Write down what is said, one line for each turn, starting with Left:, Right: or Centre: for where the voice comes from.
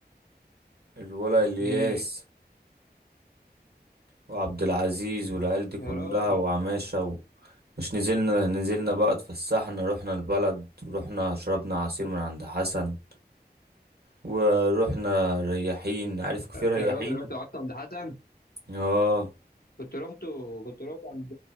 Right: الولا الياس
Left: مين
Right: وعبد العزيز والعيال دي كلها
Left: يا راجل
Right: وعماشة و... مش نزلنا نزلنا بقى اتفسحنا رحنا البلد ورحنا شربنا عصير من عند حسن ورحنا رياحين عارف كيف رياحين
Left: يا راجل رحت قعدت عند حسن
Right: اه
Left: كنت رحت كنت رحت عند